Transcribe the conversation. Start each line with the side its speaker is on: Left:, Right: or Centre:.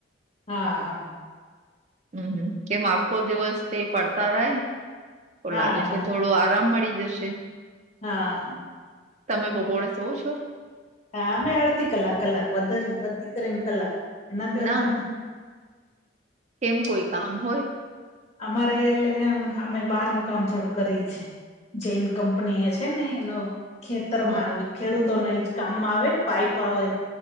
Left: હા, હા.
Right: હમ, કેમ આખો દિવસ તે પડતા રાય? તો
Left: હા
Right: લાગે છે, થોડો આરામ મળી જશે.
Left: હા, હા.
Right: તમે બપોરેે સુવો છો?
Left: હા, મેમે અડધી કલાક કલાક વધારે વધી કરીને, કલાક એનાથી વધારે
Right: ના
Left: નહીં.
Right: કેમ, કોઈ કામ હોય.
Left: અમારે એટલે અમે બહાર નું કામ થોડું કરી છે. જેૈન કંપની એ છે ને, એનો ખેતર
Right: હમ
Left: માં ખેડૂતો ને કામમાં આવે ને, પાઈપ આવે,